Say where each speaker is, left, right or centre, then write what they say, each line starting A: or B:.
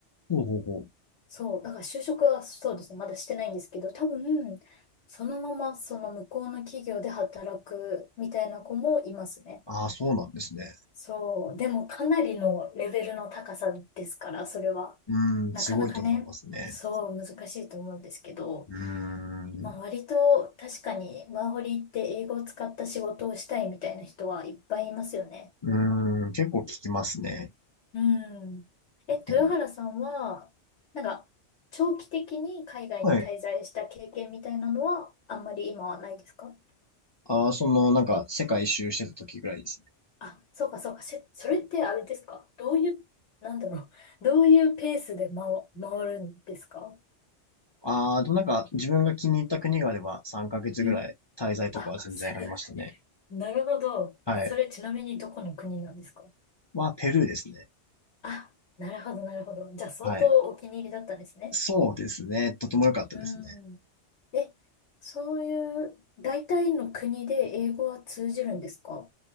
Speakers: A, on the left (about 35°); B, on the left (about 75°).
A: ほうほうほう。
B: そう、だから就職はそうですね、まだしてないんですけど、多分、そのままその向こうの企業で働くみたいな子もいますね。
A: ああ、そうなんですね。
B: そう、でもかなりのレベルの高さですから、それは。
A: うーん、
B: なかなかね、
A: すごいと思いますね。
B: そう、難しいと思うんですけど、
A: うーん。
B: まあ割と確かにワーホリって英語を使った仕事をしたいみたいな人はいっぱいいますよね。
A: うーん、結構聞きますね。
B: うん。え、豊原さんは、
A: え
B: なんか、長期的に海外に滞在した経験みたいなのは、
A: はい。
B: あんまり今はないですか
A: ああ、その、なんか、世界一周してた時ぐらいですね。
B: あ、そうかそうか。せそれってあれですかどういう、なんだろう。どういうペースで回、回るんですか
A: ああ、でもなんか自分が気に入った国があれば3ヶ月ぐらい滞在とかは全然ありましたね。
B: うん。あ、それ、<laughs> なるほど。
A: はい。
B: それちなみにどこの国なんですか
A: は、ペルーですね。
B: あ、なるほど、なるほど。じゃあ相当お気に入りだったんですね。
A: はい。そうですね。とても良かったですね。
B: うん。え、そういう、大体の国で英語は通じるんですか